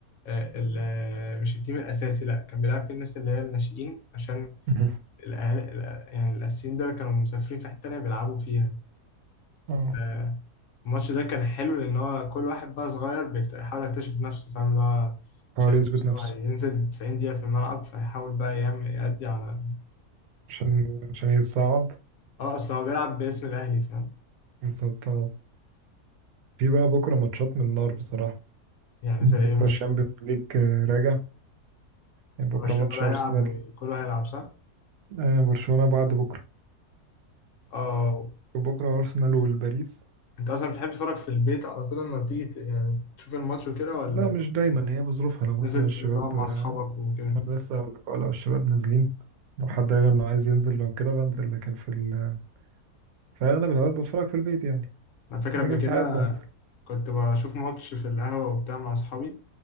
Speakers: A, on the left; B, on the right.
A: آه، ال- آه، مش التيم الاساسي لا كان بيلعب فيه الناس اللي هي الناشئين عشان
B: <laughs>
A: الاهالي الأ- يعني الاساسيين دول كانوا مسافرين في حته تانيه بيلعبوا فيها
B: اه
A: آه، الماتش ده كان حلو لان هو كل واحد بقى صغير بيكت- بيحاول يكتشف نفسه فاهم اللي هو
B: حاول
A: شايف
B: يثبت
A: نفسه
B: نفسه
A: هينزل 90 دقيقه في الملعب فيحاول بقى يعمل يأدي على
B: عشان عشان يتصعد
A: اه اصل هو بيلعب باسم الاهلي فاهم
B: بالظبط آه. في بقى بكرة ماتشات من النار بصراحة
A: يعني
B: بكرة
A: زي ايه مثلا
B: الشامبيونز ليج آه، راجع يعني بكرة
A: برشلونه
B: ماتش
A: بقى
B: أرسنال
A: هيلعب وكله هيلعب صح
B: آه برشلونة بعد بكرة
A: اه
B: بكرة أرسنال والباريس
A: انت اصلا بتحب تتفرج في البيت على طول لما بتيجي ت- يعني تشوف الماتش وكده ولا
B: لا مش دايما هي بظروفها لو
A: بتنزل
B: مثلا الشباب
A: تقعد مع
B: آه،
A: اصحابك وكده
B: لسه أقول لك، لو الشباب نازلين لو حد قال إنه عايز ينزل لو كده بنزل لكن في ال... في أغلب الأوقات بتفرج في البيت يعني
A: انا فاكر
B: لكن
A: قبل كده
B: ساعات بنزل
A: كنت بشوف ماتش في القهوه وبتاع مع اصحابي